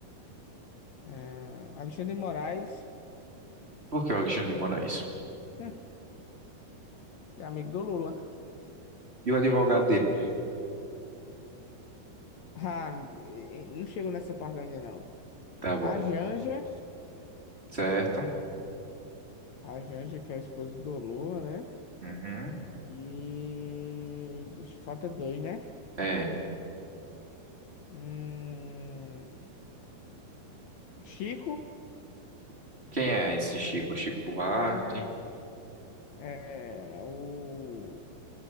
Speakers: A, on the left; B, on the right.
A: É... Alexandre de Moraes.
B: Por que o Alexandre de Moraes?
A: Hum, é amigo do Lula.
B: E o advogado dele?
A: Ah, e- e- não chegou nessa parte ainda, não.
B: Tá
A: A
B: bom.
A: Janja,
B: Certo.
A: a Janja, que é a esposa do Lula, né?
B: Uhum.
A: E. deixa- Falta dois, né?
B: É.
A: Hum, Chico
B: Quem é esse Chico? Chico Buarque.
A: é, é o.